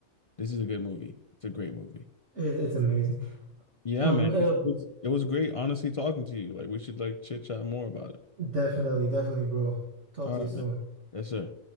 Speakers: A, on the left; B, on the right.
A: this is a good movie.
B: it,
A: It's a great movie.
B: it's amazing.
A: Yeah,
B: Um,
A: man.
B: uh,
A: It's, it's, it was great, honestly, talking to you. Like, we should like chit chat more about it.
B: definitely, definitely, bro. Talk
A: All
B: to
A: right,
B: you soon.
A: man. Yes, sir.